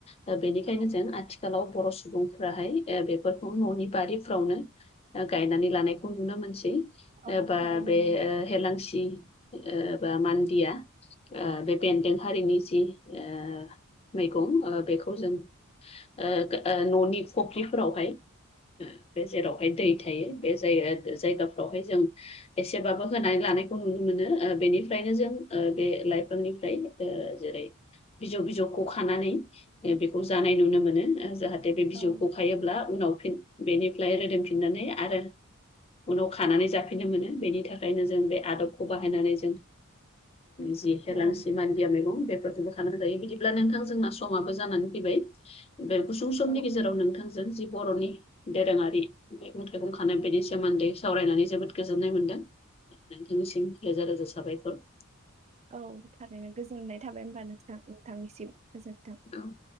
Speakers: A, on the left; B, on the right.
A: दा बेनिखायनो
B: औ
A: जों आथिखालाव बर' सुबुंफ्राहाय बेफोरखौ न'नि बारिफ्रावनो गायनानै लानायखौ नुनो मोनसै
B: औ
A: बा
B: थारैनो
A: बे एलांसि ओ बा मान्दिया ओ बे बेन्दों हारिनि जि ओ मैगं ओ बेखौ जों ओ ओ न'नि फख्रिफोरावहाय बे जेरावहाय दै थायो बे जाय जायगाफ्रावहाय जों एसेबाबो होनानै लानायखौ नुनो मोनो बेनिफ्रायनो जों बे लाइफांनिफ्राय जेरै बिजौ बिजौखौ खानानै बेखौ जानाय नुनो मोनो जाहाथे बे बिजौखौ
B: औ
A: खायोब्ला उनाव फिन बेनिफ्राय रोदोमफिननानै आरो उनाव खानानै जा फाननो मोनो बेनि थाखायनो जों बे आदबखौ बाहायनानै जों जि एलांसि
B: औ
A: मानदिया मैगं बेफोरखो खानानै जायो। बिदिब्ला नोंथां जोंना समाबो जानानै फैबाय बे गुसुं समनि
B: औ
A: गेजेराव नोंथांजों जों जि बर'नि दोरोङारि मैगं थाइगं खानाय बेनि सोमोन्दै सावरायनानै जोबोद गोजोननाय मोनदों। नोंथांनिसिम रोजा रोजा साबायखर।
B: औ थारैनो गोजोननाय थाबाय होमबा नोंथां, नोंथांनिसिम गोजोन्थों।
A: औ